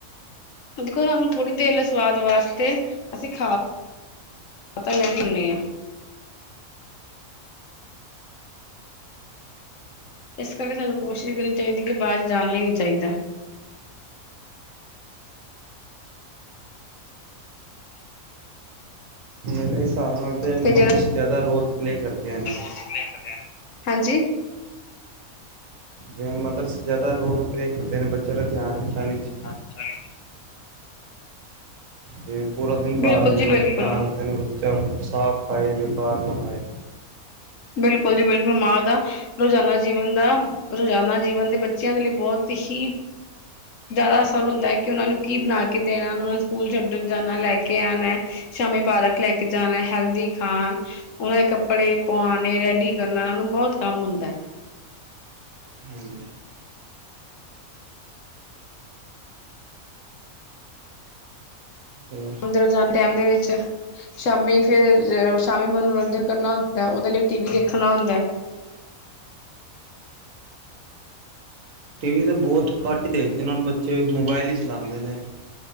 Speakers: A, on the left; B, on the right.
A: ਓ ਦੇਖੋ ਸਾਨੂੰ, ਥੋੜੀ ਦੇਰ ਲਈ ਸੁਆਦ ਵਾਸਤੇ ਅਸੀਂ ਖਾ ਖਾ ਤਾ ਲੈਨੇ ਹੁੰਨੇ ਆ। ਏਸ ਕਰਕੇ ਸਾਨੂੰ ਕੋਸ਼ਿਸ਼ ਕਰਨੀ ਚਾਈਦੀ ਕਿ ਬਾਰ ਜਾਨਾ ਈ ਨੀ ਚਾਈਦਾ।
B: ਮੇਰੇ ਹਿਸਾਬ ਨਾਲ ਤੇ ਮਦਰਸ
A: ਫਿਰ
B: ਜਾਦਾ ਰੋਲ ਪਲੇਅ ਕਰਦਿਆਂ ਨੇ।
A: ਸ ਪਲੇ ਕਰਦੇ ਐਂ। ਹਾਂਜੀ।
B: ਜਿਵੇਂ ਮਦਰਸ ਜਿਆਦਾ ਰੋਲ ਪਲੇਅ ਕਰਦੇ ਨੇ ਬੱਚਿਆਂ ਦਾ ਧਿਆਨ ਰੱਖੇਅਨ ਵਿੱਚ।
A: <unintelligible>
B: ਜਿਵੇਂ ਪੂਰਾ ਦਿਨ
A: ਬਿਲਕੁਲ
B: ਘਰ ਹੁੰਦੇ
A: ਜੀ
B: ਨੇ
A: ਬਿਲਕੁਲ।
B: ਧਿਆਨ ਰੱਖਦੇ ਨੇ ਬੱਚਾ ਸਾਫ਼ ਖਾਏ ਬੇਕਾਰ ਨਾ ਖਾਏ।
A: ਬਿਲਕੁਲ ਜੀ, ਬਿਲਕੁਲ ਮਾਂ ਦਾ ਰੋਜਾਨਾ ਜੀਵਨ ਦਾ, ਰੋਜਾਨਾ ਜੀਵਨ ਦੇ ਬੱਚਿਆਂ ਦੇ ਲਈ ਬੋਤ ਹੀ ਜਿਆਦਾ ਅਸਰ ਹੁੰਦੈ ਕਿ ਓਨਾਂ ਨੂੰ ਕੀ ਬਨਾ ਕੇ ਦੇਣਾ ਓਨਾ ਨੂੰ ਸਕੂਲ ਛੱਡਨ ਜਾਨਾ ਲੈ ਕੇ ਆਨੈ, ਸ਼ਾਮੀ ਪਾਰਕ ਲੈ ਕੇ ਜਾਨੈ, ਹੈਲਦੀ ਖਾਨ ਓਨਾਂ ਦੇ ਕੱਪੜੇ ਪੁਆਨੇ, ਰੈਡੀ ਕਰਨਾ ਓਨਾ ਨੂੰ ਬੋਤ ਕੰਮ ਹੁੰਦੈ।
B: ਹਾਂਜੀ। ਹੰ।
A: ਓਨਦੇ ਰੋਜਾਨ ਟੈਮ ਦੇ ਵਿੱਚ ਸ਼ਾਮੀ ਫਿਰ ਸ਼ਾਮੀ ਮਨੋਰੰਜਨ ਕਰਨਾ ਹੁੰਦਾ, ਓਦੇ ਲਈ ਟੀਵੀ ਦੇਖਣਾ ਹੁੰਦੈ।
B: ਟੀਵੀ ਤੇ ਬੋਤ ਘੱਟ ਈ ਦੇਖਦੇ ਨੇ ਹੁਨ ਬੱਚੇ, ਮੋਬਾਇਲ ਈ ਚਲਾਂਦੇ ਨੇ।